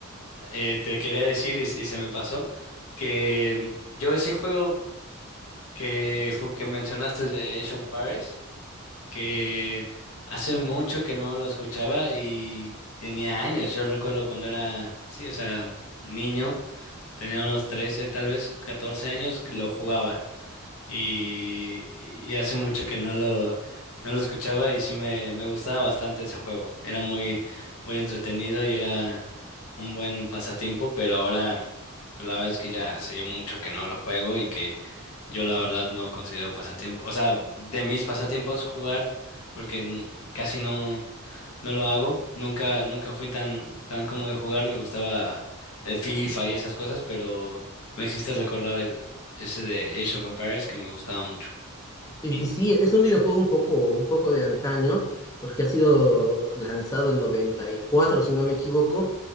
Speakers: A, on the left; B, on the left.
A: eh, te quería decir y, y se me pasó que mm, yo ese juego que, ju- que mencionaste, el de Age of Paris, que hace mucho que no lo escuchaba y tenía años. Yo recuerdo cuando era, sí, o sea, niño, tenía unos 13, tal vez 14 años, que lo jugaba. y, y hace mucho que no lo, no lo escuchaba y sí me, me gustaba bastante ese juego. Era muy, muy entretenido y era un buen pasatiempo, pero ahora la verdad es que ya hace yo mucho que no lo juego y que yo la verdad no considero pasatiempo, o sea, de mis pasatiempos jugar, porque n- casi no, no lo hago. Nunca, nunca fui tan, tan como de jugar. Me gustaba el FIFA y esas cosas, pero me hiciste recordar el, ese de Age of Empires que me gustaba mucho.
B: Y, y sí, es un videojuego un poco, un poco de antaño, porque ha sido lanzado en 94 si no me equivoco,